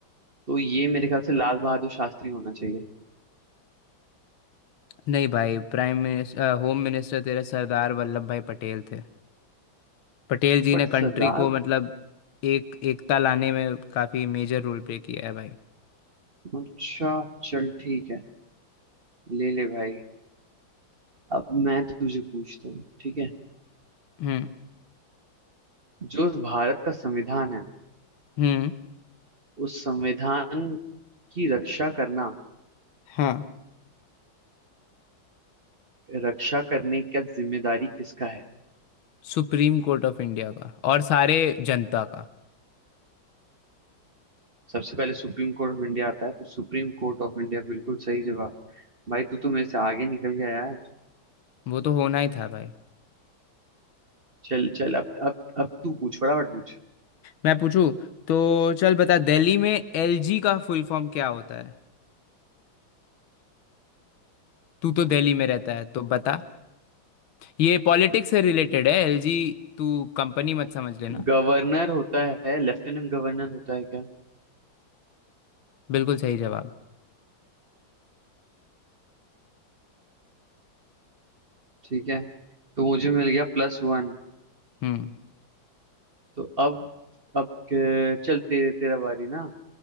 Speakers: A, on the right; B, on the left.
A: तो ये मेरे ख्याल से लाल बहादुर शास्त्री होना चाहिए
B: नहीं भाई प्राइम मिनिस्टर होम मिनिस्टर तेरा सरदार वल्लभ भाई पटेल थे पटेल जी
A: बट
B: ने कंट्री
A: सरदार
B: को मतलब एक एकता लाने में काफी मेजर रोल प्ले किया है भाई
A: अच्छा चल ठीक है ले ले भाई अब मैं तुझे पूछता हूँ ठीक है
B: हम्म
A: जो भारत का संविधान है
B: हम्म
A: उस संविधान की रक्षा करना
B: हाँ
A: रक्षा करने का जिम्मेदारी किसका है
B: सुप्रीम कोर्ट ऑफ इंडिया का और सारे जनता का
A: सबसे पहले सुप्रीम कोर्ट ऑफ इंडिया आता है तो सुप्रीम कोर्ट ऑफ इंडिया बिल्कुल सही जवाब भाई तू तो मेरे से आगे निकल गया यार
B: वो तो होना ही था भाई
A: चल चल अब अब अब तू पूछ फटाफट पूछ
B: मैं पूछूं तो चल बता दिल्ली में एलजी का फुल फॉर्म क्या होता है तू तो दिल्ली में रहता है तो बता ये पॉलिटिक्स से रिलेटेड है एलजी तू कंपनी मत समझ लेना
A: गवर्नर होता है लेफ्टिनेंट गवर्नर होता है क्या
B: बिल्कुल सही जवाब
A: ठीक है तो मुझे मिल गया प्लस वन
B: हम्म
A: तो अब अब के- चल तेरे तेरा बारी ना